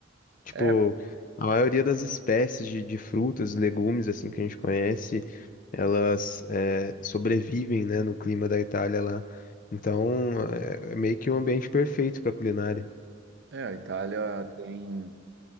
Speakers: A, on the left (about 40°); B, on the right (about 55°).
A: Tipo,
B: É,
A: a maioria das espécies de, de frutas, legumes, assim, que a gente conhece, elas é, sobrevivem, né, no clima da Itália lá. Então, é é meio que um ambiente perfeito para culinária.
B: é, a Itália tem,